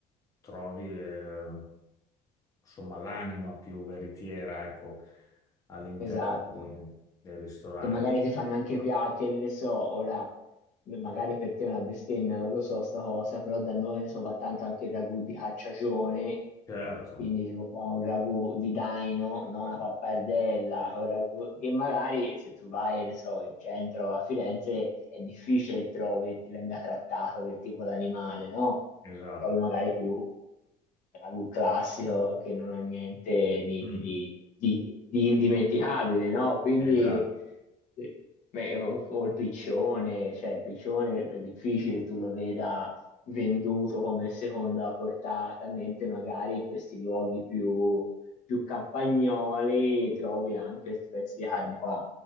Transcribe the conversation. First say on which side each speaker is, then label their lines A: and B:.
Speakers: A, on the left (about 20°); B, on the left (about 55°).
A: trovi, eh, insomma, l'anima più veritiera, ecco, all'interno
B: Esatto.
A: de- del ristorante.
B: che magari ti fanno anche piatti, ne so, ora magari per te è una bestemmia, non lo so sta cosa, però da noi ne so, va tanto anche il ragù di cacciagione,
A: Certo,
B: quindi tipo fa un ragù di daino, no? Una pappardella, un ragù- che magari se tu vai, ne so, in centro a Firenze è difficile che trovi e ti venga trattato quel tipo d'animale, no?
A: esatto.
B: Trovi magari più ragù classico che non ha niente di,
A: Mm,
B: di- di- di- di indimenticabile, no? Quindi
A: esatto.
B: sì. Beh, o, o il piccione, cioè il piccione è difficile tu lo veda venduto come seconda portata, mentre magari in questi luoghi più, più campagnoli trovi anche questi pezzi di carne qua.